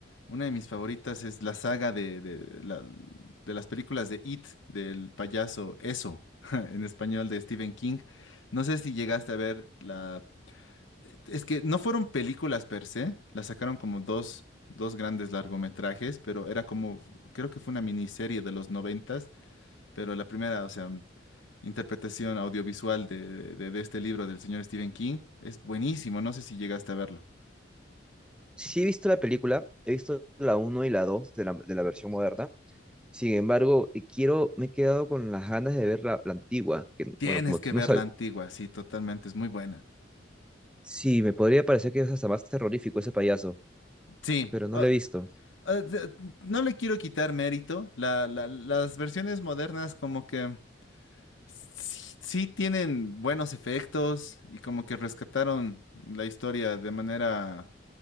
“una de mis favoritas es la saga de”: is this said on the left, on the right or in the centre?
Left